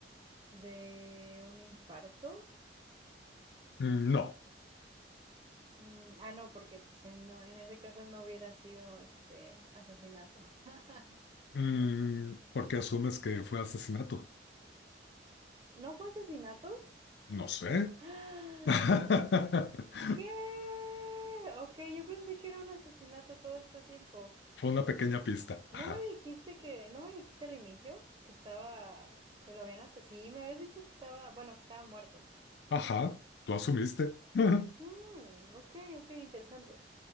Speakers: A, on the right; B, on the left.
A: de un infarto?
B: Mm, No.
A: Mm, ah, no, porque pues en, no, en ese caso no hubiera sido este asesinato. <laughs>
B: Mm, ¿por qué asumes que fue asesinato?
A: Mm, ¿No fue asesinato?
B: No sé.
A: <gasps>
B: <laughs>
A: ¿Qué? Ok, yo pensé que era un asesinato todo este tiempo.
B: Fue una
A: Mm,
B: pequeña pista.
A: ¿No
B: Ajá.
A: me dijiste que, no me dijiste al inicio que estaba, que lo habían asesinado? Sí, me habías dicho que estaba, bueno, que estaba muerto.
B: Ajá, tú asumiste. <laughs>
A: Mm, ok, ok, interesante.